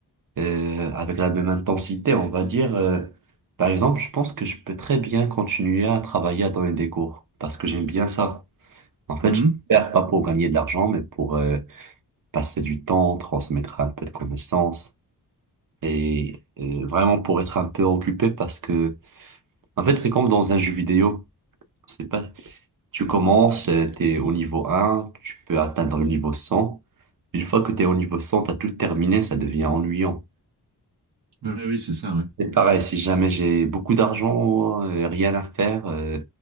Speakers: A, on the right (about 55°); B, on the right (about 85°).
A: euh, avec la même intensité, on va dire. Euh, par exemple, je pense que je peux très bien continuer à travailler à donner des cours, parce que j'aime bien ça. En fait,
B: Mhm.
A: je vais faire pas pour gagner de l'argent, mais pour euh, passer du temps, transmettre un peu de connaissances, et euh, vraiment pour être un peu occupé, parce que En fait, c'est comme dans un jeu vidéo. C'est pas, tu commences, euh, t'es au niveau 1, tu peux atteindre le niveau 100. Une fois que t'es au niveau 100, t'as tout terminé, ça devient ennuyant.
B: Ouais, oui, c'est ça. Ouais,
A: C'est pareil, si jamais j'ai beaucoup d'argent, euh, rien à faire, euh,